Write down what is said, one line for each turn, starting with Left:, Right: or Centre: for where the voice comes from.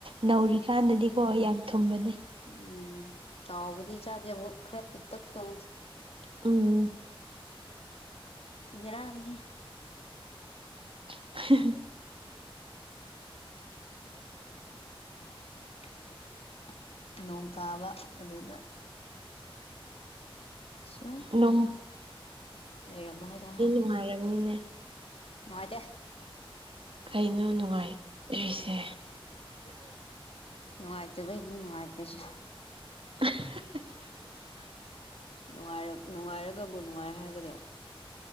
Right: ꯅꯧꯔꯤꯀꯥꯟꯗꯗꯤꯀꯣ ꯌꯥꯝ ꯊꯨꯝꯕꯅꯦ
Left: ꯎꯝ ꯆꯥꯎꯕꯗꯤ ꯆꯥꯗꯦꯕ ꯈꯔ ꯄꯤꯛꯇꯛ ꯇꯧ
Right: ꯎꯝ
Left: ꯕꯦꯔꯥꯅꯤꯍꯦ
Right: <unintelligible>
Left: <inaudible> ꯅꯣꯡ ꯀꯥꯕ ꯑꯗꯨꯗ ꯁꯌꯣ
Right: ꯅꯣꯡ
Left: ꯂꯩꯔꯝꯕ ꯍꯗꯔꯦ
Right: ꯅꯨꯡ ꯉꯥꯏꯔꯝꯅꯤꯅꯦ
Left: ꯅꯨꯉꯥꯢꯗꯦ
Right: ꯀꯩꯅꯣ ꯅꯨꯡꯉꯥꯏꯔꯤꯁꯦ
Left: ꯅꯨꯡꯉꯥꯏꯇꯕꯩꯅꯤ ꯅꯨꯡꯉꯥꯏꯇꯁꯤ
Right: <inaudible>
Left: ꯅꯨꯡꯉꯥꯏꯔ ꯅꯨꯡꯉꯥꯏꯔꯒꯕꯨ ꯅꯨꯡꯉꯥꯏ ꯍꯥꯏꯒꯗ꯭ꯔꯣ